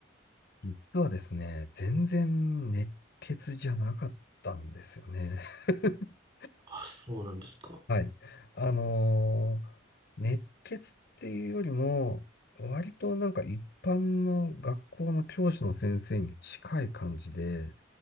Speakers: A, on the left; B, on the right.
A: 実はですね、全然熱血じゃなかったんですよね。<laughs>
B: あ、そうなんですか。
A: はい。あのー熱血っていうよりも、割となんか一般の学校の教師の先生に近い感じで、